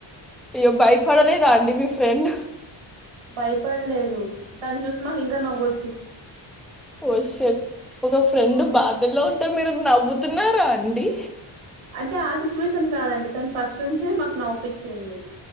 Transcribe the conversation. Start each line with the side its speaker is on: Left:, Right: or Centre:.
Centre: అయ్యో భయపడలేదా అండి మీ ఫ్రెండ్
Right: భయపడలేదు తను చూసి మాకు ఇంకా నవ్వో
Centre: ఓ షిట్ ఒక ఫ్రెండ్
Right: అవును
Centre: బాధ లో ఉంటే మీరు నవ్వుతున్నారా అండి
Right: అంటే ఆ సిచ్యువేషన్ కాదండి తను ఫస్ట్ నుంచి మాకు నవ్ ప్పించింది